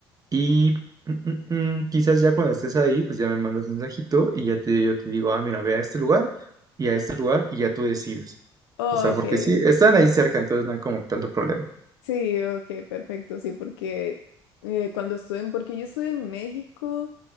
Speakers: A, on the right; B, on the left.
A: y mm, mm, mm, quizás ya cuando estés ahí, pues ya me mandas mensajito y ya te, yo te digo, ah, mira, ve a este lugar y a este lugar y ya tú decides.
B: okay,
A: O sea, porque sí, están ahí cerca, entonces no hay como tanto problema.
B: sí, okay, perfecto, sí, porque eh, cuando estuve en, porque yo estuve en México